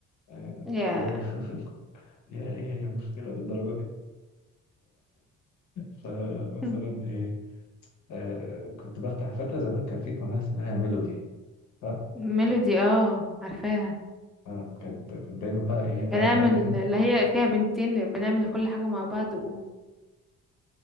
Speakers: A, on the left (about 70°); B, in the centre.
A: آه
B: يا
A: كنت دايما <laughs> يا ايه هي مشكله للدرجه دي فمثلا
B: <laughs>
A: ايه آه كنت بفتح فاكره زمان كان في قناه اسمها ميلودي ف
B: ميلودي اه عارفاها
A: آه كنت كنت دايما بقى ايه قاعد
B: بنعمل
A: عليها
B: اللي هي فيها بنتين بنعمل كل حاجة مع بعض وفاهم